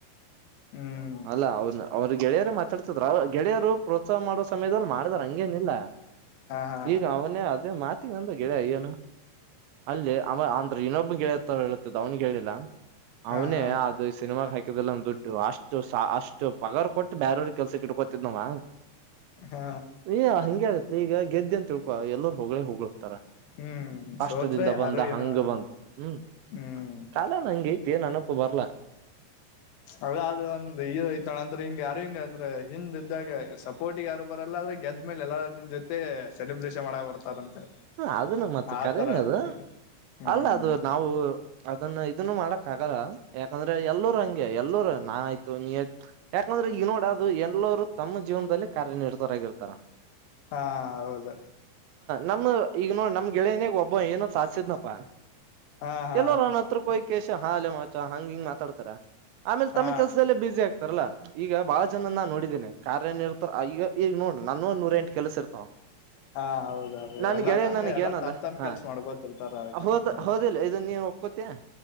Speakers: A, on the left; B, on the right.
A: ಹ್ಮ್
B: ಅಲ್ಲ ಅವ ಅವ್ರ ಗೆಳೆಯರ ಮಾತಾಡ್ತಿದ ಗೆಳೆಯರು ಪ್ರೋತ್ಸಾಹ ಮಾಡೋ ಸಮಯದಲ್ಲಿ ಮಾಡ ಹಂಗೇನಿಲ್ಲಾ
A: ಹಾ ಹಾ
B: ಈಗ ಅವನೇ ಅದೇ ಮಾತ್ ಂದ ಗೆಳೆಯ ಅಯ್ಯನು ಅಲ್ಲಿ ಅ ಅಂದ್ರ ಇನ್ನೊಬ್ಬ ಗೆಳೆಯತ್ರ ಇತಿದ್ದ ಅವನುಿಗೆ ಹೇಳಿಲ್ಲ
A: ಹಾ
B: ಅವನೇ
A: ಹಾ
B: ಅ ಸಿನಮಾಗ ಹಾಕಿದೆಲ್ಲ ಒಂದು ದುಡ್ಡು ಅಷ್ಟು ಅಷ್ಟು ಪಗಾರ್ ಕೊಟ್ಟು ಬೇರವ್ರ ಕೆಲ್ಸ ಇಟ್ಕೋತಿದ್ ನವ
A: ಹಾ
B: ಅಯ್ಯ ಹೆಿಗೆ ಆಗುತ್ತೆ ಈಗ ಗೆದ್ದ ಅಂತ ತಿಳ್ಕ ಎಲ್ಲರರು ಹಗಳ ಹೋಗ ರ
A: ಹ್ಮ್
B: ಕಷ್ಟದಿಂದ
A: ಸೋತ್ರ ಯಾರು
B: ಬಂದ
A: ಏನೋ
B: ಹಂಗ ಬಂದ್ <inaudible> ಹ್ಮ್
A: ಹ್ಮ್
B: ಕಾಲನ ಹಂಗ ೈತಿ ಏನ್ ಅನಪ ಬರ್ಲ್ಲ
A: ಅದ ಅದು ಒಂದು ಇಯ್ತಳೆ ಅಂದ್ರೆ ಹಿಂಗಗೆ ಯಾರ ಹಿಂಗ ಅಂದ್ರೆ ಹಿಂದ ದ್ದಾಗ ಸಪೋರ್ಟಿ್ ಯಾರು ಬರಲ್ಲ ಆದ್ರೆ ಗೆದ್ದ್ಮೇಲೆ ಎಲ್ಲಾರನ್ ಜೊತೆ ಸೆಲೆಬ್ರೇಷನ್ ಮಾಡ ಬರ್ತಾರಂತೆ
B: ಹ ಅದನ್ನು ಮತ್ತ
A: ಆತರ
B: ಕರನೇ ಅದು
A: ಐತಿ ಹ್ಮ್
B: ಅಲ್ಲ ಅದು ನಾವು ಅದನ್ನ ಇದನ್ನು ಮಾಡಕ್ ಆಗಲ್ಲ ಯಾಕಂದ್ರೆ ಎಲ್ಲರು ಹಂಗೆ ಎಲ್ಲರು ನಾ ಆಯ್ತು ನೀ ಯಾಕಂದ್ರೆ ಈ ನೋಡ ಅದು ಎಲ್ಲರು ತಮ್ಮ ಜೀವನದಲ್ಲಿ ಕಾರ್ಯನಿರ್ತರಾಗಿರ್ತಾರ
A: ಹಾ ಹೌದ
B: ನಮ್ಮ ಈಗ ನೋಡ್ ನಮ್ ಗೆಳೇನಾಗ ಒಬ್ಬ ಏನ ಸಾಸ್ಿದ್ನಪ್ಪಾ
A: ಹಾ ಹಾ
B: ಎಲ್ಲೋ ನನ್ನ ಹತ್ರ ಕೋಯ್ ಕೆಸ ಹಾಲ್ಲ ಮ <inaudible> ಹಂಗ ಹಿಂಗ ಮಾತಾಡ್ತ ತರ ಆಮೇಲೆ
A: ಹಾ
B: ತಮ್ಮ ಕೆಲ್ಸದಲ್ಲೇ ಬಿಸಿ ಆಗ್ತಾರಲ್ಲಾ ಈಗ ಬಾಳ ಜನನ್ನ ನೋಡಿದ್ದೇನೆ ಕಾರ್ಯ ನಿರತ್ರ ಈಗ ಈಗ ನೋಡ್ ನಾನ್ಗು ನೂರೆಂಟು ಕೆಲಸ ಇರ್ತವ
A: ಹಾ ಹೌದ ಹೌದು
B: ನನ್ಗ್
A: ಎಲ್ಲಾರು
B: ಗೆಳೆಯ
A: ಹಂಗ
B: ನನಗೆ
A: ಎಲ್ಲಾರು
B: ಏನದ
A: ತಮ್ ತಮ್
B: ಹಾ
A: ಕೆಲ್ಸ ಮಾಡ್ಕೋತಿರ್ತಾರ ಕಂಟಿನ್ಯೂ
B: ಹೌದ ಹೌದಿಲ್ಲ ಇದನ್ನ ನೀನ್ ಒಪ್ಕೋತಿಯಾ